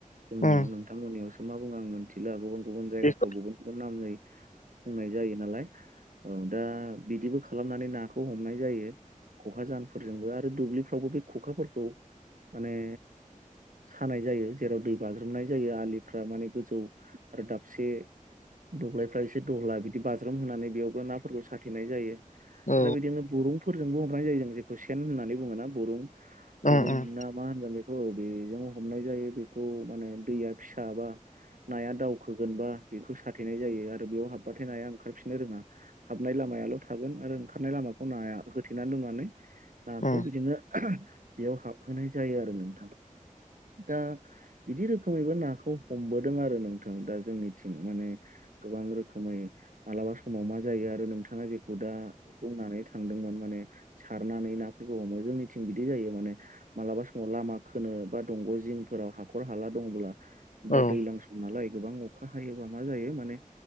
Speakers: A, on the right; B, on the left.
A: जोंनियाव।
B: उम
A: नोंथांमोननियावसो मा बुङो आं मि थिला गुबुन गुबुन जायगाफ्राव
B: बेखौ
A: गुबुन गुबुन नामै बुंनाय जायो नालाय। औ' दा बिदिबो खालामनानै नाखौ हमनाय जायो। ख'खा जाहानफोरजोंबो आरो दुब्लिफ्रावबो बे ख'खाफोरखौ माने सानाय जायो। जेराव दै बाज्रोमनाय जायो आलिफ्रा माने गोजौ आरो दाबसे दब्लायफ्रा एसे दहला बिदि बाज्रोम होनानै बेयावबो नाफोरखौ साथेनाय जायो।
B: औ
A: आरो बिदिनो बरुंफोरजोंबो हमनाय जायो जों जेखौ सेन होननानै बुङोना बरुं।
B: उम
A: अरुन
B: उम
A: ना मा होनगोन बेखौ बेेजों हमनाय जायो बेखौ माने दैया फिसाबा नाया दावखोगोनबा बेखौ साथेनाय जायो आरो बेयाव हाबबाथाय नाया ओंखारफिननो रोङा। हाबनाय लामायाल' थागोन आरो ओंखारनाय लामाखौ नाया होथे नानै दोननानै नाखौ
B: उम
A: बिदिनो बेयाव हाबहोनाय जायो आरो नोंथां दा बिदि रोखोमैबो नाखौ हमबोदों आरो नोंथां दा जोंनिथिं माने गोबां रोखोमै मालाबा समाव मा जायो आरो नोंथाङा जेखौ दा बुंनानै थांदोंमोन माने सारनानै नाफोरखौ हमो जोंनिथिं बिदि जायो माने। मालाबा स'माव लामा खोनो बा दंग' जिंफोराव हाखर- हाला दंब्ला दा
B: औ
A: दैज्लां सम नालाय गोबां अखा हायोबा मा जायो माने